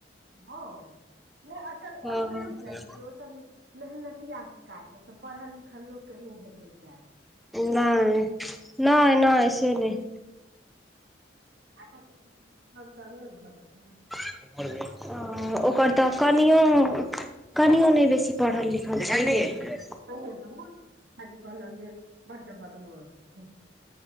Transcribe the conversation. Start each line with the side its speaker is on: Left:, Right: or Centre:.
Right: हँ नहि तऽ
Centre: हँ
Right: ओत
Centre: हँ।
Right: बुझलहि ओ सब मेहनतिआके काज पढ़ल लिखल लोकके नहि हेतै कैल।
Centre: नहि नैय-नैय से नहि।
Right: आ त तब ने भर छै।
Centre: <unintelligible> घर हँ ओकर तऽ कनियो-कनियो नहि बेसी पढ़ल लिखल छैय।
Right: कनिया तऽ मुर्ख भाइजी कह लक जे बड बदमास।